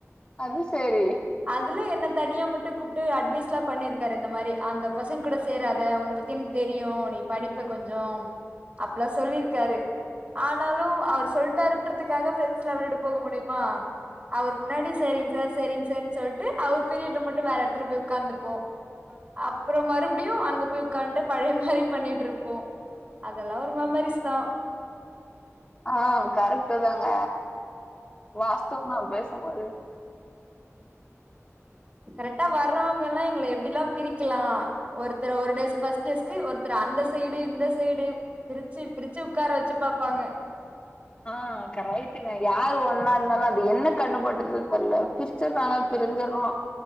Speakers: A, on the left (about 25°); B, on the right (about 40°).
A: அது செரி
B: அதுல என்ன தனியா மட்டு கூப்ட்டு அட்வைஸ் எல்லா பண்ணியிருக்காரு இந்த மாரி அந்த பசங்க கூட சேராத உன்ன பத்தி எனக் கு தெரியு நீ படிப்பே கொஞ்சோ அப்பெல்லா சொல்லிருக்காரு ஆனா லு அவர் சொல்லிட்டான்றதுக்காக பிரெண்ட்ஸ் எல்லா விட்டுட்டு போக முடியுமா அவரு முன்னாடி செரிங்க சார் செரிங்க சார்ன்னு சொல்ட்டு அவர் பீரியட்ல மட்டு வேற எடத்துல போய் உட்காந்துப்போ அப்புறோ மறுபடியு அங்க போய் உட்கான்ட்டு பழைய மாரி பண்ணிட்டு இருப்போ அதெல்லா ஒரு மெமரிஸ் தா
A: ஆ கரெக்ட்டு தாங்க வாஸ்தும் தா பேசும்போது கேட்கவில்லை
B: கரெக்டா வர்றவங்க எல்லா எங்கள எப்டி எல்லா பிரிக்கலா ஒருத்தர் ஒரு டெஸ்க் ஃபஸ்ட்டு டெஸ்க்கு ஒருத்தர் அந்த சைடு இந்த சைடு பிரிச்சு பிரிச்சு உட்கார வச்சு பாப்பாங்க
A: ஆ கராய்ட்டுங்க யாரு ஒன்னா இருந்தாலு அது என்ன கண்ணுபட்டுறுது தெர்ல பிரிச்சறாங்க பிரிஞ்ச்சறோ